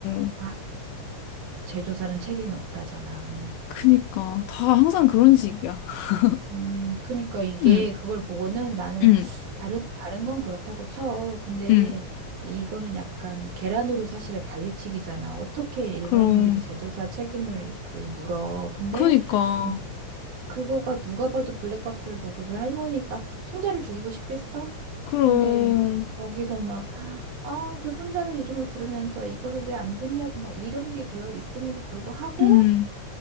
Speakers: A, on the left (about 80°); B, on the right (about 75°).
A: 응.
B: 아, 재조사는 책임이 없다잖아.
A: 그니까, 다 항상 그런 식이야. <laughs>
B: 음, 그러니까 이게
A: 응,
B: 그걸 보고는 나는
A: 응,
B: 다른 다른 건 그렇다고 쳐. 근데
A: 응.
B: 이거는 약간 계란으로 사실 바위치기잖아. 어떻게 일반인들이
A: 그럼,
B: 제조사 책임을 그 물어. 근데
A: 그니까.
B: 음, 그거가 누가 봐도 블랙박스를 보고 그 할머니가 손자를 죽이고 싶겠어?
A: 그럼,
B: 근데 거- 거기서 막 아, 그 손자를 이름을 부르면서 이거를 왜 안 듣냐고 막 이런 게 되어 있음에도 불구하고
A: 음.